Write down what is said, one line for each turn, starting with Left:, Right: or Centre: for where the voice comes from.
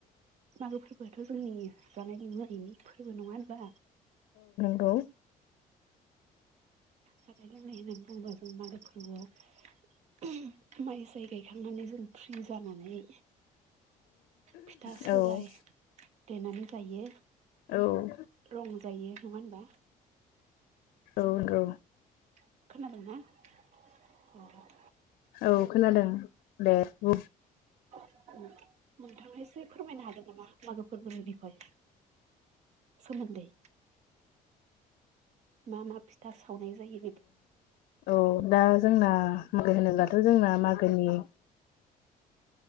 Right: मागो फोरबोआथ' जोंनि जानायनि मैनि फोरबो नङा होनबा।
Left: औ।
Right: जानाय लोंनाय होनना बुङोबा जों मागो फोरबोआव माइ साय गायखांनानै जों फ्रि जानानै फिथा सौराय
Left: औ
Right: देनानै जायो
Left: औ
Right: रं जायो नङा होनबा।
Left: औ औ।
Right: खोनादोंंना।
Left: औ खोनादों दे बुं।
Right: नोंथांया एसे फोरमायनो हागोन नामा मागो फोरबोनि बिखय सोमोनदै मा मा फि सावनाय जायो।
Left: औ दा जोंना मागो होनोब्ला थ' जोंना मागोनि